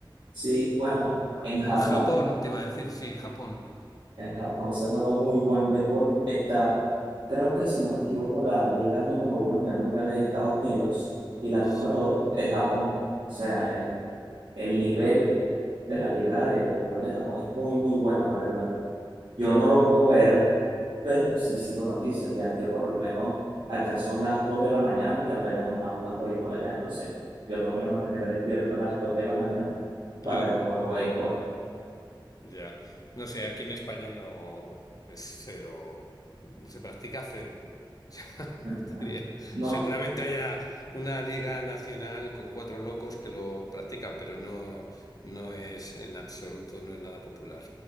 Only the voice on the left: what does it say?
En Japón, te iba a decir, sí, Japón.
Sí,
claro.
Claro.
Ya. No sé, aquí en España no es cero, se practica cero. <laughs> O sea, no
te diría-
Seguramente haya una liga nacional con cuatro locos que lo practican, pero no, no es en absoluto, no es nada popular.